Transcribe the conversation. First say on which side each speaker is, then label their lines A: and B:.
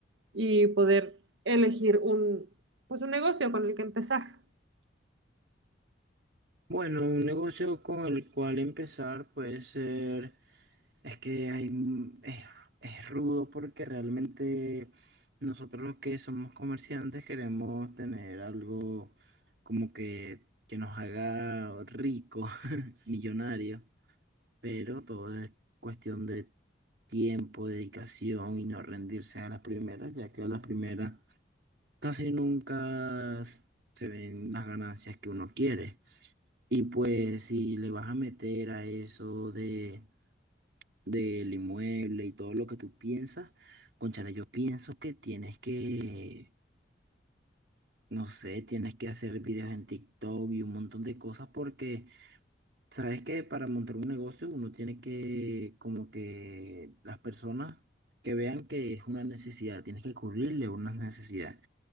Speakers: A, on the right; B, on the right.
A: y poder elegir un, pues un negocio con el que empezar.
B: Bueno, un negocio con el cual empezar puede ser, es que hay, m- es, es rudo porque realmente nosotros los que somos comerciantes queremos tener algo como que, que nos haga rico <laughs> millonario, pero todo es cuestión de tiempo, dedicación y no rendirse a las primeras, ya que a las primeras casi nunca s- se ven las ganancias que uno quiere. Y pues si le vas a meter a eso de del inmueble y todo lo que tú piensas, cónchale, yo pienso que tienes que, no sé, tienes que hacer videos en TikTok y un montón de cosas porque sabes que para montar un negocio uno tiene que como que las personas que vean que es una necesidad, tienes que cubrirle una necesidad.